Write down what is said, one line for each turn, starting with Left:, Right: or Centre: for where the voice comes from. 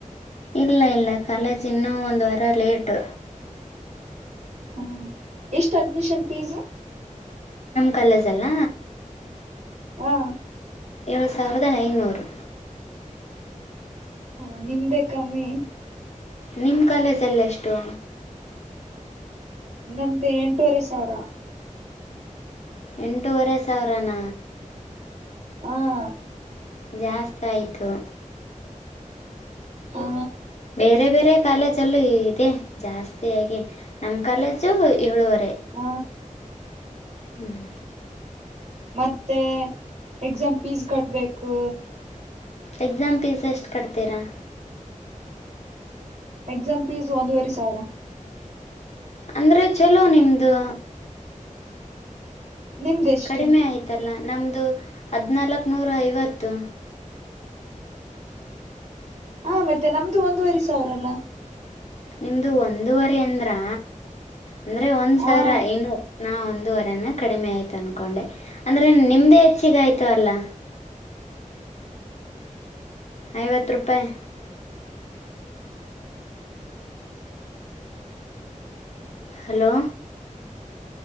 Left: ಇಲ್ಲ ಇಲ್ಲ ಕಾಲೇಜ ಇನ್ನೂ ಒಂದು ವಾರ ಲೇಟು
Right: ಹ್ಮ ಎಷ್ಟು ಅಡ್ಮಿಷನ್ ಫೀಸ್
Left: ಗಲಜಲ್ಲ.
Right: ಹಾ.
Left: ಏಳು ಸಾವಿರದ ಐನೂರು..
Right: ಹ ನಿಮ್ದೆ ಕಮ್ಮಿ..
Left: ನಿಮ್ಮ ಕಾಲೇಜಲ್ಲ ಎಷ್ಟು
Right: ನಮ್ದು ಎಂಟೂವರೆ ಸಾವಿರ
Left: ಎಂಟೂವರೆ ಸಾವಿರಾನ
Right: ಹ್ಮ
Left: ಜಾಸ್ತ ಆಯ್ತು
Right: ಹಾ
Left: ಬೇರೆ ಬೇರೆ ಕಾಲೇಜಲ್ಲೂ ಇದೆ ಜಾಸ್ತಿಯಾಗಿ ನಮ ಕಾಲೇಜ್ ಅ ಏಳುವರೆ
Right: ಹ
Left: ಹ್ಮ್
Right: ಮತ್ತೆ ಎಕ್ಸಾಮ್ ಫೀಸ್ ಕಟ್ಬೇಕು
Left: ಎಕ್ಸಾಮ್ ಫೀಸ್ ಎಷ್ಟು ಕಟ್ತೀರಾ..
Right: ಎಕ್ಸಾಮ್ ಫೀಸ್ ಒಂದೂವರೆ ಸಾವಿರ..
Left: ಅಂದ್ರೆ ಚಲೋ ನಿಮ್ದು..
Right: ನಿಮ್ದೆಷ್ಟು
Left: ಕಡಿಮೆ ಆಯತಲ್ಲ ನಮ್ಮದು ಹದಿನಾಲ್ಕು ನೂರ ಐವತ್ತು.
Right: ಹ ಮತ್ತೆ ನಮ್ದು ಒಂದುವರಿ ಸಾವಿರಲ್ಲ..
Left: ನಿಮ್ದು ಒಂದೂವರೆ ಅಂದ್ರಾ.. ಅಂದರೆ ಒಂದ್ ಸರ
Right: ಹ
Left: ಇನ್ನು ನಾ ಒಂದೂವರೆನ ಕಡಿಮೆ ಆಯ್ತು ಅನ್ಕೊಂಡೆ.. ಅಂದ್ರೆ ನಿಮ್ದೇ ಹೆಚ್ಚಗ ಆಯ್ತವಲ್ಲ. ಐವತ್ತು ರೂಪಾಯಿ.. ಹಲೋ..